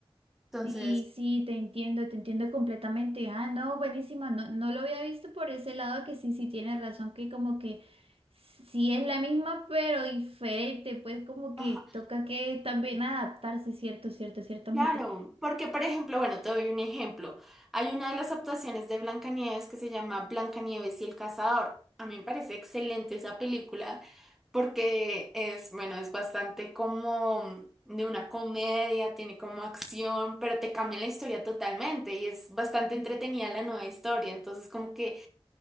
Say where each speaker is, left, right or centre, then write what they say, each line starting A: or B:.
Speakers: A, in the centre; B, on the right.
A: Entonces,
B: Sí, sí, te entiendo, te entiendo completamente. Ah, no, buenísima, no, no lo había visto por ese lado que sí, sí tienes razón, que como que sí es la misma, pero diferente, pues como que
A: ajá.
B: toca que también adaptarse, cierto, cierto, ciertamente.
A: Claro, porque por ejemplo, bueno, te doy un ejemplo. Hay una de las actuaciones de Blancanieves que se llama Blancanieves y el cazador. A mí me parece excelente esa película porque es, bueno, es bastante como de una comedia, tiene como acción, pero te cambia la historia totalmente y es bastante entretenida la nueva historia. Entonces, como que